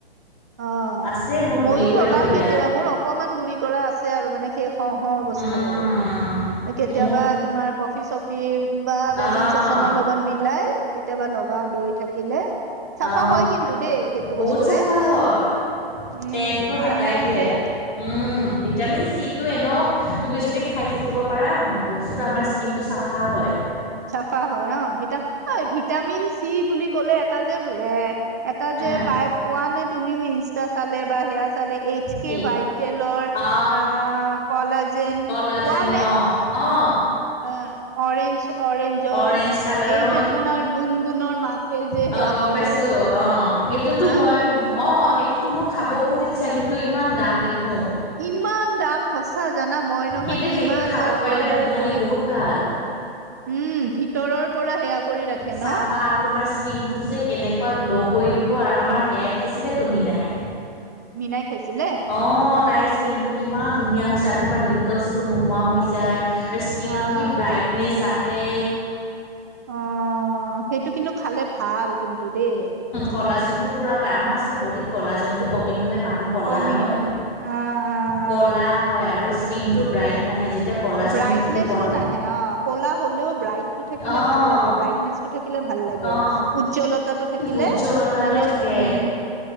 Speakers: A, on the right (about 20°); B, on the left (about 50°).
A: অ,
B: আছে মোৰ
A: মইয়ো
B: গুৰি কৰি
A: লগাও
B: থৈ দিয়া
A: কেতিয়াবা মোৰ অকণমান গুৰি কৰা আছে আৰু মানে সেই হও, হও, অৱস্থা
B: উম
A: আৰু কেতিয়াবা
B: মোৰ
A: তোমাৰ কফি চপ কিৰিম, বা বেচন
B: আহ
A: চেচনৰ লগত, মিলাই কেতিয়াবা লগাও দৈ থাকিলে। চাফা
B: অ,
A: হয় কিন্তু দেই সেইটো
B: বহুত
A: বস্তুৱে
B: চাফা হয়।
A: উম
B: তেনটো হাতাই
A: টেঙা
B: দিয়ে।
A: যে
B: উম, ভিটামিন সিটো এনেও তুমি যদি খাই থাকিব পাৰা, বস্তুটো আমাৰ স্কিন টো, চাফা হয়।
A: চাফা হয় অ, ভিট অ, ভিটামিন চি বুলি ক'লে এটা যে এ এটা যে
B: আহ
A: পাই, পোৱা নে, তুমিও ইনষ্টা চালে বা সেয়া এইচ, কে,
B: কি
A: ভাইটেলৰ,
B: অ
A: আহ, কলাজেন
B: কলাজেন
A: কোৱা নে?
B: অ অ,
A: অ, অৰেঞ্জ অৰেঞ্জৰ
B: অৰেঞ্জ
A: এই,
B: কালাৰো
A: যে তোমাৰ গুণ-গুণৰ মাকে যে,
B: অ
A: সেয়া
B: গম
A: কৰে।
B: পাইছো অ সেইটোতো
A: হা
B: মই, অ, সেইটোতো মোৰ খাব বহুত ইচ্ছা কিন্তু ইমান দাম দেখোঁ।
A: ইমান কিমান দাম, সঁচা জানা মই নহয়
B: কিন্তু
A: কিমান
B: সেইটো খাব
A: বাৰ
B: পাৰিলে
A: অৰ্ডাৰ
B: বুমনি
A: কৰিম
B: বহুত ভাল
A: উম, ভিতৰৰ পৰা সেয়া ৰাখে
B: চাফাৰ
A: ন
B: তোমাৰ স্কিনটো যে, কেনেকুৱা গ্ল' কৰি দিব আৰু আমাৰ সেয়াই খাইছিলে, তুমি নাই
A: মিনাই, খাইছিলে?
B: অ, তাইৰ স্কিনটো কিমান ধুনীয়া হৈছে আৰু তোমাৰ ৰিংকলছটো নোহোৱা হৈ যায়। স্কিনৰ
A: আহ
B: কি ব্ৰাইটনেছ আহে।
A: অ সেইটো কিন্তু খালে ভাল কিন্তু দেই।
B: কলাজেন্তু পূৰা পায়, আমাৰ আচলতে বডীত কলাজেন্তু কমি হ'লে মানুহ ক'লা
A: কমি
B: হয়
A: হলে, আ আ আ
B: ক'লা হয় আৰু স্কিনটো ব্ৰাইট নাহে যেতিয়া কলাজনটো
A: ব্ৰাইটনেচটো
B: তুমি পঢ়
A: নাহে অ, ক'লা হ'লেও ব্ৰাইটটো থাকিলে
B: অ'
A: ভাল লাগে ব্ৰাইট নেচটো থাকিলে ভাল লাগে,
B: অ'
A: উজ্জ্বলতাটো থাকিলে
B: উজ্জ্বলতাটো
A: মানে
B: থাকে
A: উম